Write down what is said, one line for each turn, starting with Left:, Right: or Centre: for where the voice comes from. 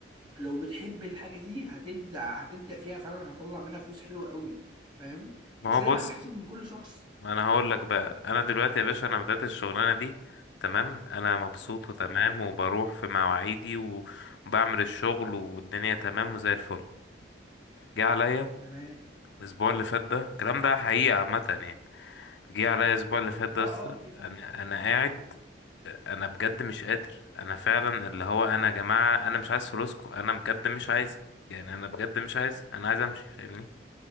Right: لو بتحب الحاجه دي هتبدع هتبدع فيها فعلا هتطلع منها فلوس حلوه قوي فاهم
Left: ما
Right: بس
Left: هو
Right: هي
Left: بص
Right: على حسب من كل شخص
Left: ما انا هقول لك بقى انا دلوقتي يا باشا انا بدأت الشغلانه دي تمام انا مبسوط وتمام
Right: اه
Left: وبروح في مواعيدي و- وبعمل الشغل والدنيا تمام وزي الفل جه عليا
Right: تمام
Left: الاسبوع اللي فات ده الكلام ده حقيقه عامه يعني جه عليا الاسبوع اللي فات ده
Right: اه اه
Left: اصلا
Right: اوكي فاهم
Left: انا انا قاعد انا بجد مش قادر انا فعلا اللي هو انا يا جماعه انا مش عايز فلوسكم انا بجد مش عايز يعني انا بجد مش عايز انا عايز امشي فاهمني